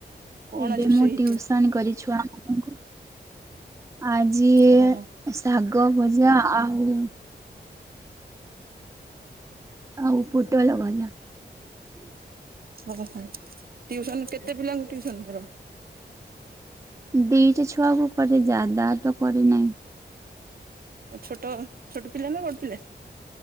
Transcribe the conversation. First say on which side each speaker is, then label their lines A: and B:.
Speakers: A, on the right; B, on the right.
A: କଣ
B: ଏବେ
A: ଆଜି ରୋଷେଇ
B: ମୁଁ
A: ହେଇଥିଲା?
B: ଟିଉସନ କରେ ଛୁଆଙ୍କୁ ଆଜି
A: ଓହୋ
B: ଶାଗ ଭଜା ଆଉ ଆଉ ପୁଟଳ ଭଜା।
A: ଓହୋ। ଟିଉସନ କେତେ ପିଲାଙ୍କୁ ଟିଉସନ କର?
B: ଦିଟା ଛୁଆକୁ କରେ ଯାଦାତ କରି ନାହିଁ।
A: ଆଉ ଛୋଟ ଛୋଟ ପିଲା ନା ବଡ ପିଲା?